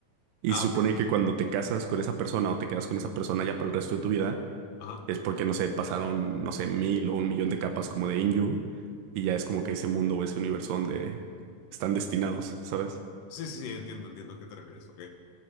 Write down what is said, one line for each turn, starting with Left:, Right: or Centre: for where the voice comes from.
Right: Y
Left: Ah,
Right: se supone
Left: ok.
Right: que cuando te casas con esa persona o te quedas con esa persona ya para el resto de tu vida,
Left: Ajá.
Right: es porque, no sé, pasaron, no sé, mil o un millón de capas como de in you. Y ya es como que ese mundo o ese universo donde están destinados, ¿sabes?
Left: Sí, sí, sí, entiendo, entiendo a qué te refieres. Ok.